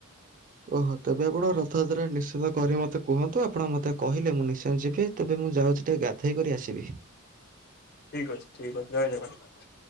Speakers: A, on the right; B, on the left.
A: ଓହୋ ତେବେ ଆପଣ ରଥଯାତ୍ରାରେ ନିଶ୍ଚିନ୍ତ କରି ମତେ କୁହନ୍ତୁ ଆପଣ ମତେ କହିଲେ ମୁଁ ନିଶ୍ଚୟ ଯିବି। ତେବେ ମୁଁ ଯାଉଛି ଟିକେ ଗାଧେଇ କରି ଆସିବି।
B: ଠିକ ଅଛି ଠିକ ଅଛି ଜୟ ଜଗନ୍ନାଥ।